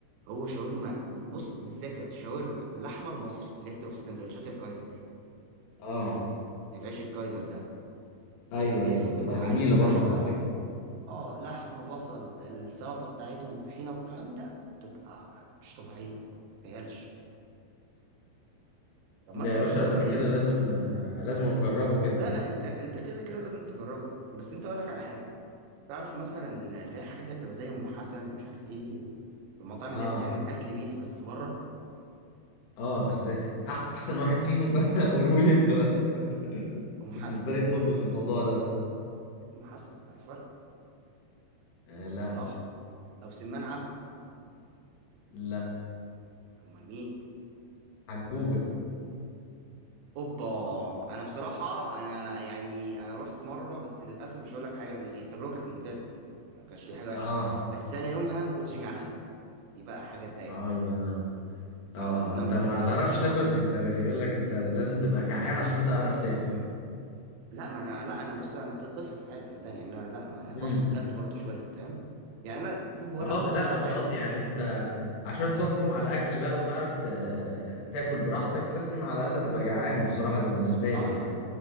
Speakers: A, on the right; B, on the left.
A: هو شاورما بص بالذات كده، شاورما اللحمة المصري اللي هي بتبقى في السندوتشات الكايزر
B: اه
A: العيش الكايزر ده
B: ايوه
A: يعني بيحطوا
B: ايوه بتبقى
A: عليه
B: جميله
A: اللحمة
B: برضو على فكره
A: اه لحمة بصل السلطة بتاعتهم والطحينة والكلام ده تبقى مش طبيعية متخيلش طب
B: ده
A: مثلا
B: يا باشا
A: انت
B: ده انا
A: يعني
B: كده لازم آه، لازم اجربه كده
A: لا لا انت انت كده كده لازم تجربه بس انت اقول لك على حاجة تعرف مثلا اللي هي الحاجات اللي بتبقى زي ام حسن ومش عارف ايه والمطاعم
B: اه
A: اللي هي بتعمل اكل بيتي بس بره
B: اه بس احسن واحد فيهم بقى <laughs> قوله لي انت بقى <laughs>
A: ام حسن
B: بالنسبه لي الطب في الموضوع ده
A: ام حسن انا في رايي
B: آه لا
A: بصراحه او سمان عبلة
B: لا
A: امال مين
B: حجوجه
A: اوبا انا بصراحه انا يعني انا رحت مره بس للاسف مش هقول لك حاجه التجربه كانت ممتازه يعني ما كانش في حاجه وحشه
B: اه
A: بس انا يومها ما كنتش جعان قوي دي بقى حاجه تضايق
B: اه يبقى اه
A: اه لان
B: انت
A: انا كنت
B: ما تعرفش
A: كنت
B: تاكل
A: را...
B: انت بيقول لك انت لازم تبقى جعان عشان تعرف تاكل
A: لا ما انا لا انا بص انا طفل عادي صدقني يعني انا لا ما
B: امم
A: رحت وكلت برضو شويه فاهم يعني انا شوف بقول
B: اه
A: لك كنت
B: ب- لا
A: شبعان
B: بس قصدي يعني انت عشان تحكم على اكل بقى وتعرف ت... تاكل براحتك لازم على الاقل تبقى جعان بصراحه ده بالنسبه
A: اه
B: لي يعني
A: لا